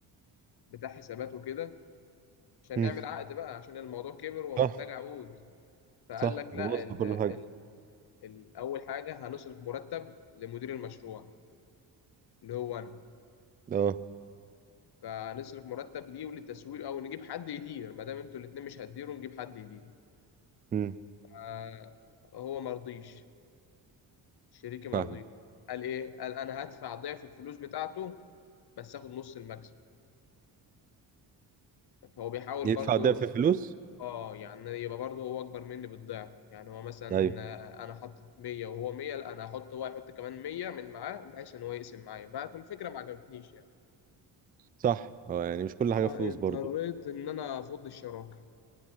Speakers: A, on the left; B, on the right.
A: بتاع حسابات وكده عشان
B: مم.
A: نعمل عقد بقى عشان الموضوع كبر ومحتاج
B: صح
A: عقود فقال
B: صح
A: لك
B: خلصت
A: لا ال-
B: كل حاجه
A: اول حاجه هنصرف مرتب لمدير المشروع اللي هو انا
B: اه
A: فنصرف مرتب ليه وللتسويق او نجيب حد يدير ما دام انتوا الاتنين مش هتديروا نجيب حد يدير
B: مم.
A: آه، هو مرضيش شريكي مرضيش
B: فاهم
A: قال ايه قال انا هدفع ضعف الفلوس بتاعته بس اخد نص المكسب فهو بيحاول
B: يدفع
A: برضو
B: ده في فلوس؟
A: اه يعني يبقى برضو هو اكبر مني بالضعف يعني هو مثلا
B: ايوه
A: آه، انا حطيت 100 وهو 100 لا انا هحط هو يحط كمان 100 من معاه بحيث ان هو يقسم معايا بقى في الفكره ما عجبتنيش يعني
B: صح اه يعني مش كل
A: فاضطريت
B: حاجة فلوس برضو
A: إن أنا أفض الشراكة